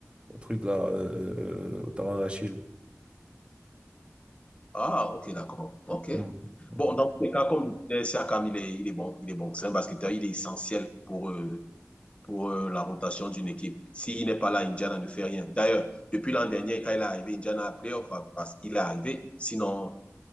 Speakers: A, on the right (about 20°); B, on the left (about 25°).
A: au truc là, euh, euh, au talon d'Achille.
B: Ah, ok, d'accord. Ok.
A: Mhm. Mhm.
B: Bon, dans tous les cas, comme je disais, Siakam, il est, il est bon. Il est bon. C'est un basketteur, il est essentiel pour, euh, pour euh, la rotation d'une équipe. S'il n'est pas là, Indiana ne fait rien. D'ailleurs, depuis l'an dernier, quand il est arrivé, Indiana a playoff enfin, parce qu'il est arrivé. Sinon,